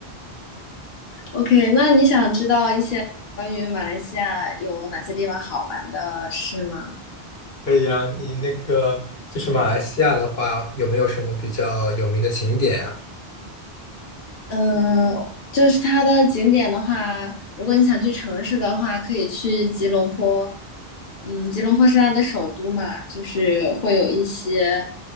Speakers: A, on the left; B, on the left.
A: OK，那你想知道一些关于马来西亚有哪些地方好玩的事吗？
B: 可以啊，你那个就是马来西亚的话，有没有什么比较有名的景点啊？
A: 嗯，就是它的景点的话，如果你想去城市的话，可以去吉隆坡。嗯，吉隆坡是它的首都嘛，就是会有一些